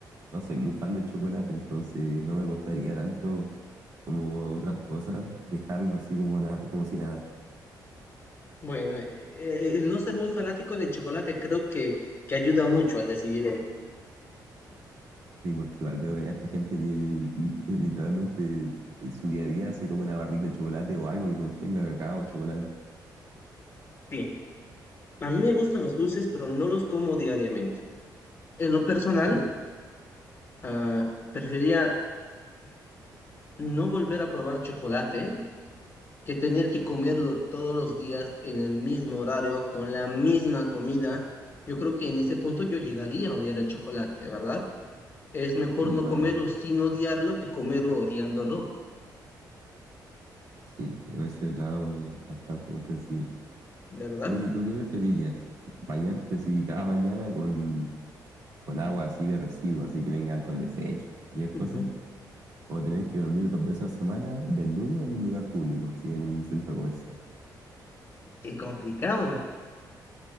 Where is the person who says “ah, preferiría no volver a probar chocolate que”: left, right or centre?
Left